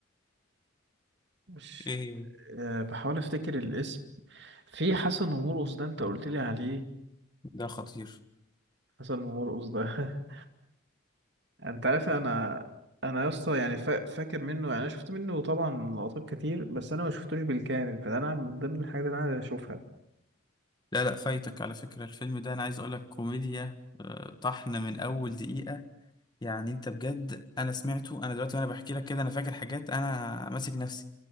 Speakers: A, on the right; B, on the left.
A: مش
B: ايه
A: آه بحاول افتكر الاسم في حسن ومرقص ده انت قلت لي عليه
B: ده خطير
A: حسن ومرقص ده <laughs> انت عارف انا انا يا اسطى يعني فا... فاكر منه يعني انا شفت منه طبعا لقطات كتير بس انا ما شفتوش بالكامل فده انا من ضمن الحاجات اللي انا عايز اشوفها
B: لا لا فايتك على فكرة الفيلم ده انا عايز اقولك كوميديا آه، طحن من اول دقيقة يعني انت بجد انا سمعته انا دلوقتي وانا بحكي لك كده انا فاكر حاجات انا ماسك نفسي